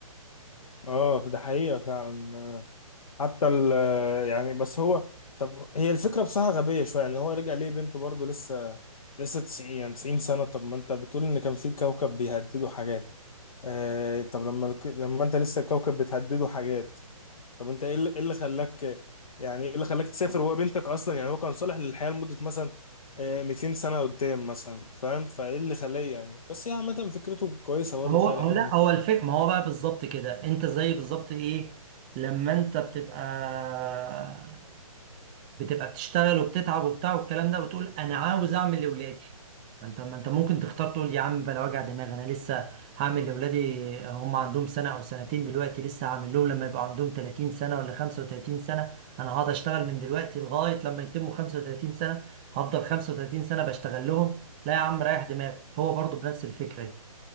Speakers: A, on the left; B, on the right.
A: آه ده حقيقة فعلا حتى ال آه، يعني بس هو طب هي الفكرة بصراحة غبية شوية يعني هو رجع ليه بنته برضه لسه لسه 90 يعني 90 سنة طب ما انت بتقول ان كان في كوكب بيهددوا حاجات آه طب لما الك- لما انت لسه الكوكب بتهدده حاجات طب انت ايه اللي إيه اللي خلاك يعني ايه اللي خلاك تسافر وهو بنتك اصلا يعني هو كان صالح للحياة لمدة مثلا آه 200 سنة قدام مثلا فاهم فايه اللي خلاه يعني بس هي عامة فكرته كويسة برضه
B: هو
A: خيال
B: هو
A: علمي
B: لا هو الفكرة ما هو بقى بالظبط كده انت زي بالظبط ايه لما انت بتبقى بتبقى بتشتغل وبتتعب وبتاع والكلام ده وتقول انا عاوز اعمل لاولادي ما انت ما انت ممكن تختار تقول يا عم بلا وجع دماغ انا لسه هعمل لاولادي هم عندهم سنة او سنتين دلوقتي لسه هعمل لهم لما يبقوا عندهم 30 سنة ولا 35 سنة انا هقعد اشتغل من دلوقتي لغاية لما يتموا 35 سنة هفضل 35 سنة بشتغل لهم لا يا عم ريح دماغك هو برضه بنفس الفكرة